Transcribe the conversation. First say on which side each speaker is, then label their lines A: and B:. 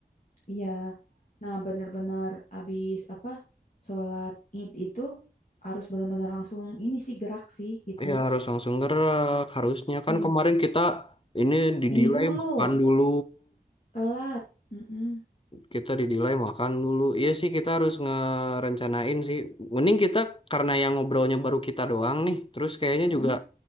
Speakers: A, on the left (about 55°); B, on the left (about 35°).
A: Iya. Nah, bener-bener abis apa? Sholat Id itu harus bener-bener langsung ini sih gerak sih gitu.
B: ya harus langsung gerak harusnya kan
A: Iya.
B: kemarin kita ini
A: Ini
B: di
A: dulu,
B: makan dulu
A: telat. Mm-mm,
B: Kita dinilai makan dulu. Iya sih kita harus ngerencanain sih. Mending kita karena yang ngobrolnya baru kita doang nih. Terus kayaknya
A: mm-mm,
B: juga